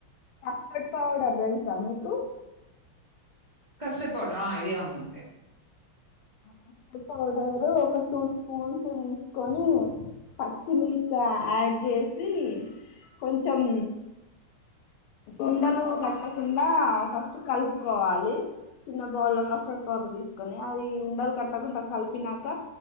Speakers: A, on the left (about 80°); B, on the right (about 25°).
A: కస్టర్డ్ పౌడర్ తెలుసా మీకు
B: కస్టర్డ్ పౌడరా ఐడియా ఉంది అండి.
A: కష్టర్డ్ పౌడరు ఒక టూ స్పూన్స్ తీసుకొని పచ్చిమిల్క్ యాడ్ చేసి కొంచెం. ఉండలు కట్టకుండా ఫస్ట్ కలుపుకోవాలి. చిన్న బౌలులో కస్టర్డ్ పౌడర్ తీసుకొని అది ఉండలు కట్టకుండా కలిపినాక